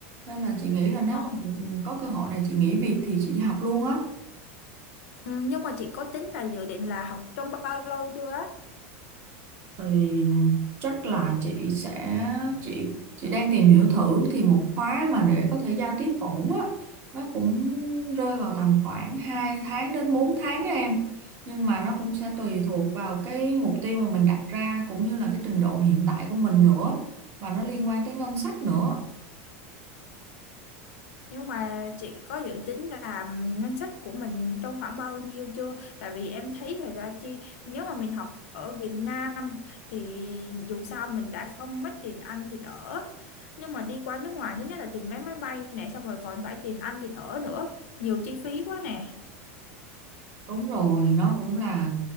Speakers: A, on the right; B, on the left.
A: nên là chị nghĩ là nếu
B: Ờ.
A: mà có cơ hội này chị nghỉ việc thì chị đi học luôn á
B: Ừm, nhưng mà chị có tính là dự định là học trong bao lâu chưa á
A: thì chắc là chị sẽ chị chị đang tìm hiểu thử thì một khóa mà để có thể giao tiếp ổn á nó cũng rơi vào tầm khoảng 2 tháng đến 4 tháng á em nhưng mà nó cũng sẽ tùy thuộc vào cái mục tiêu mà mình đặt ra cũng như là cái trình độ hiện tại của mình nữa và nó liên quan tới ngân sách nữa
B: Nhưng mà chị có dự tính là ngân sách của mình trong khoảng bao nhiêu chưa? Tại vì em thấy là ra chi nếu mà mình học ở Việt Nam thì dù sao mình đã không mất tiền ăn thì ở. Nhưng mà đi qua nước ngoài thứ nhất là tiền vé máy bay nè, xong rồi còn phải tiền ăn tiền ở nữa, nhiều chi phí quá nè.
A: Đúng rồi, nó cũng là